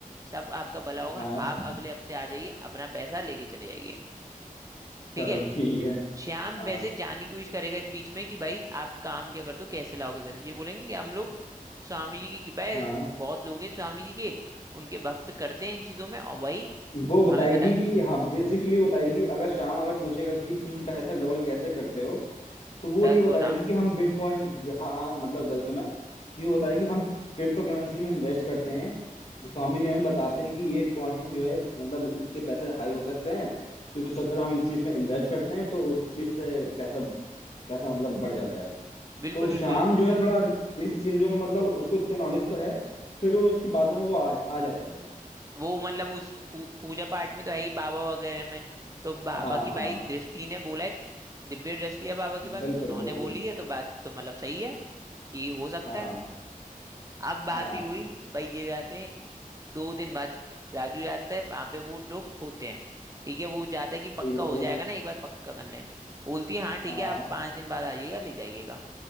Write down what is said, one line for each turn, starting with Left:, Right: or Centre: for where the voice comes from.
Right: सब आपका भला होगा
Left: हाँ
Right: आप अगले हफ्ते आ जाइए अपना पैसा लेके चले जाइए ठीक
Left: चलो
Right: है
Left: ठीक है
Right: श्याम
Left: हाँ
Right: वैसे जानने की कोशिश करेगा इस बीच में कि भाई आप काम क्या करते हो कैसे लाओगे पैसा ये बोलेंगे कि हम लोग स्वामी जी की कृपा है
Left: हाँ
Right: बहुत लोग हैं स्वामी जी के उनके भक्त करते हैं इन चीजों में और वही
Left: वो बताएगी
Right: हमें बता
Left: कि हाँ बेसिकली बताएगी अगर श्याम अगर पूछेगा कि तुम पैसे डबल कैसे करते हो तो वो
Right: दस
Left: ये बताएगी
Right: गुना
Left: कि हम बिटकॉइन हाँ हाँ मतलब दस गुना कि वो बताएगी हम क्रिप्टो करेंसी में इन्वेस्ट करते हैं स्वामी जी हमें बताते हैं कि ये कॉइन जो है मतलब इसके पैसे हाई हो सकते हैं तो इस चक्कर में हम इस चीज में इन्वेस्ट करते हैं तो उस चीज से पैसा पैसा मतलब बढ़ जाता है
Right: बिल्कुल
Left: तो शाम
Right: बिल्कुल
Left: जो है थोड़ा इस चीजों में मतलब उसको इतने नॉलेज तो है फिर वो उसकी बातों में वो आ, आ जाता है
Right: वो मतलब उस पू, पूजा पाठ में तो है ही बाबा वगैरह में तो बाबा
Left: हाँ
Right: की
Left: हाँ
Right: भाई दृष्टि ने बोला है दिव्य दृष्टि है बाबा के पास
Left: बिल्कुल
Right: उन्होंने
Left: बिल्कुल
Right: बोली है तो बात तो मतलब सही है कि हो सकता
Left: हाँ
Right: है अब बात
Left: हाँ
Right: ये हुई भाई ये जाते हैं दो दिन बाद राजू जानता है वहां पे वो लोग होते हैं ठीक है वो जाता है कि पक्का
Left: ठीक है,
Right: हो जाएगा
Left: ए,
Right: ना एक बार पक्का करने बोलती है हाँ ठीक
Left: हाँ
Right: है आप पांच दिन बाद आ जाइएगा ले जाइएगा